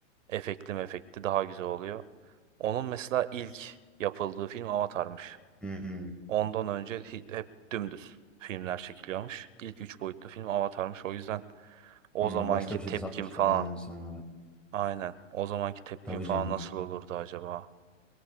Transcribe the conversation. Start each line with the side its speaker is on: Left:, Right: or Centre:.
Right: Efektli mefekti daha güzel oluyor. Onun mesela ilk yapıldığı film Avatar'mış.
Centre: Hı hı.
Right: Ondan önce hi- hep dümdüz filmler çekiliyormuş. İlk üç boyutlu film Avatar'mış. O yüzden o
Centre: Hı,
Right: zamanki
Centre: Başka bir şey
Right: tepkim
Centre: de satmışlar
Right: falan.
Centre: yani insanlara.
Right: Aynen. O zamanki tepkim
Centre: Tabii
Right: falan
Centre: canım.
Right: nasıl olurdu acaba?